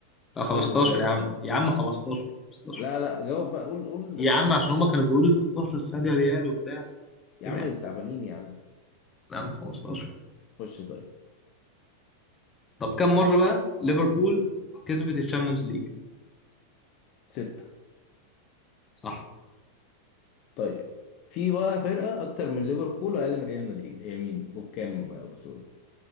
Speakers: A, on the left (about 40°); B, on the left (about 20°).
A: 16
B: لا 15
A: ازاي
B: يا
A: يا
B: عم
A: عم
B: يا عم 15 15
A: لا لا جاوب بقى قول قول
B: يا
A: آه،
B: عم عشان هما كانوا بيقولوا 16 السنه دي ريال وبتاع
A: يا
B: كده
A: عم
B: يعني
A: التعبانين يا عم
B: يا عم 15
A: خش طيب
B: طب كم مره بقى ليفربول كسبت الشامبيونز ليج
A: ستة
B: صح
A: طيب في بقى فرقة أكتر من ليفربول وأقل من ريال مدريد هي مين وبكام بطولة؟